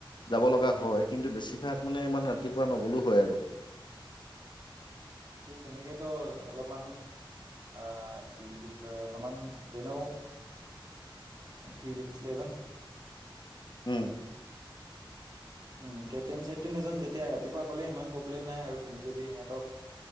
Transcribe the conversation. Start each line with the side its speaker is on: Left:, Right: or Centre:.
Left: যাব লগা হয়। কিন্তু বেছিভাগ মানে ইমান ৰাতিপুৱা নগলও হয় আৰু।
Right: বাকী, তেনেকেতো অলপমান অ' কি <unintelligible> অলমান যেনেও কি বুলি কৈছিলে এইজন।
Left: উম।
Right: উম, কেপ্টেইন-চেপ্টেইন এজন যেতিয়া ৰাতিপুৱা গ'লে সিমান প্ৰব্লেম নাই আৰু তুমি যদি সিহঁতক